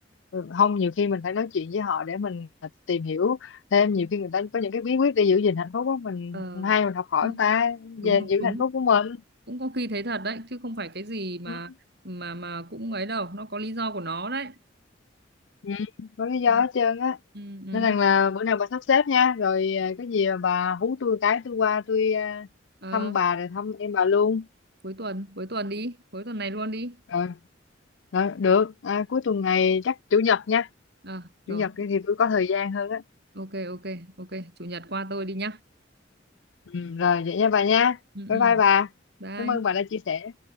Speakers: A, on the left (about 75°); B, on the right (about 60°).
A: ừ, không nhiều khi mình phải nói chuyện với họ để mình à, tìm hiểu thêm nhiều khi người ta có những cái bí quyết để giữ gìn hạnh phúc của mình
B: ờ,
A: hay mình học hỏi
B: ờ,
A: người ta
B: đúng
A: về
B: đúng
A: giữ
B: đúng
A: hạnh phúc của mình
B: cũng có khi thấy thật đấy chứ không phải cái gì mà
A: ừ.
B: mà mà cũng ấy đâu nó có lý do của nó đấy
A: Ừ. có lý do
B: ừ.
A: hết trơn á
B: Ừ, ừ.
A: nên rằng là bữa nào bà sắp xếp nha rồi à, có gì mà bà hú tôi cái tôi qua tôi à,
B: Ờ,
A: thăm bà rồi thăm em bà luôn
B: cuối tuần cuối tuần đi cuối tuần này luôn đi
A: Rồi, rồi được. À, cuối tuần này chắc chủ nhật nha.
B: Ờ, rồi
A: Chủ nhật kia thì tôi có thời gian hơn á.
B: ok ok ok chủ nhật qua tôi đi nhá
A: Ừ, rồi vậy nha bà nha.
B: ừ,
A: Bye
B: ừ.
A: bye bà.
B: bye
A: Cảm ơn bà đã chia sẻ.